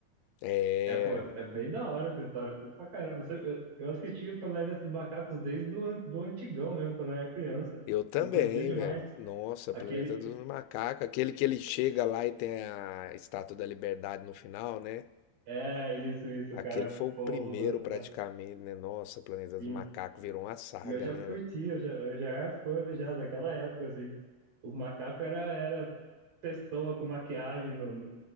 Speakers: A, on the left (about 85°); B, on the right (about 50°).
A: É.
B: É, pô, é, é bem da hora essa história, eu curto pra caramba. Eu, sempre- eu, eu assisti o Planeta dos Macacos desde do an- do antigão mesmo, quando eu era criança.
A: Eu também,
B: Eu curtia demais.
A: velho. Nossa,
B: Aquele.
A: Planeta dos Macacos. Aquele que ele chega lá e tem a Estátua da Liberdade no final, né?
B: É, isso, isso,
A: Aquele
B: o cara
A: foi o
B: pousa,
A: primeiro praticamente, né? Nossa, Planeta dos
B: assim.
A: Macacos virou uma saga,
B: E eu já
A: né,
B: curti,
A: velho?
B: eu já, eu já era fã já daquela época, assim. Os macacos era, era pessoa com maquiagem no, no-